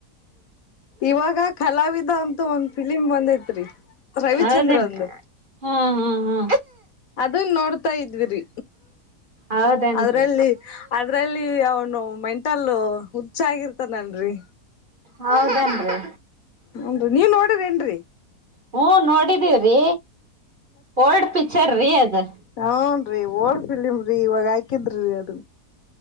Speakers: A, on the left (about 65°); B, on the right (about 35°).
A: ಇವಾಗ ಕಲಾವಿದ ಅಂತೂ ಒಂದ್ ಫಿಲಿಮ್ ಬಂದೈತ್ರಿ. ರವಿಚಂದ್ರನ್
B: ಹೌದೇನ್
A: ದು.
B: ಹಾ ಹಾ ಹಾ...
A: ಅದನ್ ನೋಡ್ತಾ ಇದ್ವಿರಿ.
B: ಹೌದೇನ್ರಿ
A: ಅದ್ರಲ್ಲಿ ಅದ್ರಲ್ಲಿ ಅವನು ಮೆಂಟಲ್ ಹುಚ್ಚಾಗಿರ್ತಾನನ್ರಿ.
B: ಹೌದೇನ್ರಿ?
A: ಹನ್ರಿ ನೀವ್ ನೋಡಿರೇನ್ರಿ
B: ಹ್ಮ ನೋಡಿದೀವ್ರಿ.. ಓಲ್ಡ್ ಪಿಕ್ಚರ್ ರೀ ಅದು.
A: ಹನ್ ರೀ ಓಡ್ಪಿಲ್ಮರರಿ ಇವಾಗ ಹಾಕಿದ್ರಿೀ ಅದು.